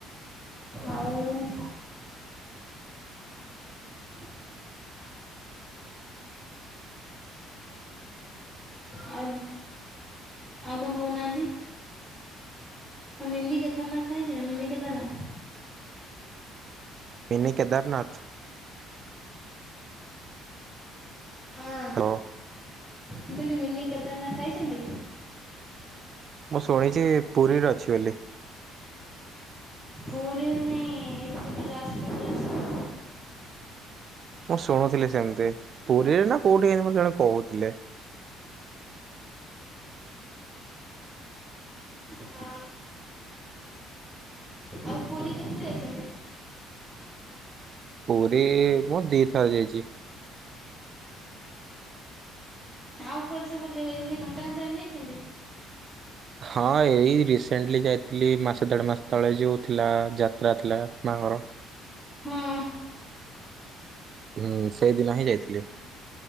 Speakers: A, in the centre; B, on the right.
A: ଆଉ <inaudible> <inaudible> ଆ ଆଉ କଣ କହୁନାହାନ୍ତି। <unintelligible> ମିନି କେଦାରନାଥ <unintelligible> ମିନିକେଦାରନାଥ?
B: ମିନି କେଦାରନାଥ?
A: ହଁ
B: ହାଲୋ।
A: ମୁଁ କହିଲି ମିନି କେଦାରନାଥ ଯାଇଚନ୍ତି?
B: ମୁଁ ଶୁଣିଚି ପୁରୀରେ ଅଛି ବୋଲି।
A: ପୁରୀ ନାଇଁ ଏପଟେ ଯାଜପୁରରେ ଅଛି ବା।
B: ମୁଁ ଶୁଣୁଥିଲି ସେମ୍ତି, ପୁରୀରେ ନା କୋଉଠି <unintelligible> ମତେ ଜଣେ କହୁଥିଲେ।
A: ହଁ ଆଉ ପୁରୀ କେତେଥର ଯାଇଚନ୍ତି?
B: ପୁରୀ ମୁଁ ଦି ଥର ଯାଇଚି।
A: ଆଉ କୁଆଡେ ସବୁ ବୁଲିଆକୁ ଯାଇଚନ୍ତି, ଘଟଗାଁ ତାରେଣି ଯାଇଚନ୍ତି?
B: ହଁ ଏଇ ରିସେଣ୍ଟଲି ଯାଇଥିଲି ମାସେ ଦେଢ଼ ମାସ ତଳେ ଯୋଉ ଥିଲା ଯାତ୍ରା ଥିଲା ମା ଙ୍କର।
A: ହଁ।
B: ହୁଁ, ସେଇଦିନ ହିଁ ଯାଇଥିଲି।